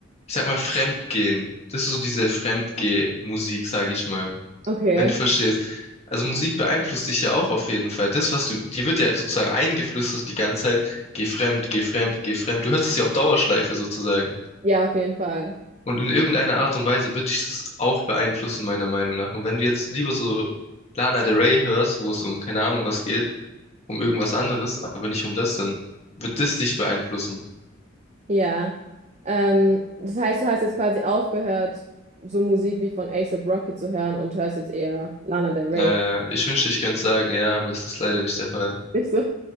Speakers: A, on the left; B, on the right.
A: ich sag mal, Fremdgehen. Das ist so diese Fremdgeh-Musik, sag ich mal.
B: Okay,
A: wenn du verstehst. Also Musik beeinflusst dich ja auch auf jeden Fall. Das, was du, dir wird ja sozusagen eingeflüstert die ganze Zeit, geh fremd, geh fremd, geh fremd. Du hörst es ja auf Dauerschleife sozusagen.
B: ja, auf jeden Fall.
A: Und in irgendeiner Art und Weise wird dich das auch beeinflussen, meiner Meinung nach. Und wenn du jetzt lieber so Lana Del Rey hörst, wo es um keine Ahnung was geht, um irgendwas anderes, aber nicht um das, dann wird das dich beeinflussen.
B: Ja. Ähm, das heißt, du hast jetzt quasi aufgehört, so Musik wie von A$AP Rocky zu hören und hörst jetzt eher Lana Del Rey.
A: Naja, ich wünschte, ich könnte sagen, ja, aber es ist leider nicht der Fall.
B: <laughs> Nicht so?